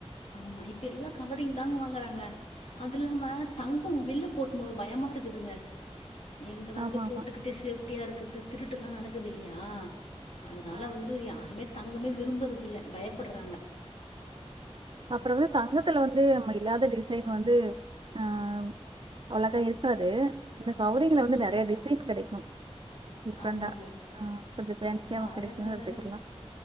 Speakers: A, on the left; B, on the right.
A: ஆமா இப்பே எல்லா கவரிங் தாங்கே வாங்கறாங்கே அதில்லாமே தங்கோ வெள்லே போட்டுனு போவ பயமாயிருக்குதுங்கே எங்கடா
B: ஆமாமா.
A: இத போட்டுக்கிட்டு சேஃப் ட்டியா இருக்கறது திருட்டு எல்லாம் நடக்குது இல்லையா அதனால
B: ஆ.
A: வந்து யாருமே தங்கமே விரும்புறது இல்ல பயப்பட்றாங்க
B: அப்புறம் வந்து தங்கத்துல வந்து நம்ம இல்லாத டிசைன் வந்து ஆ அவ்ளாக்கா இருக்காது அந்த கவுரிங்ல
A: ம்
B: வந்து நறைய
A: ஆமா
B: டிசைன் கெடைக்கும் டிஃப்ரெண்ட்டா.
A: ஆமாங்க
B: ஆ கொஞ்சம் ஃபேன்சியாவும்
A: ரொம்ப அழகழகா
B: கெடைக்கும் எடுத்துக்கலாம்.
A: இருக்கு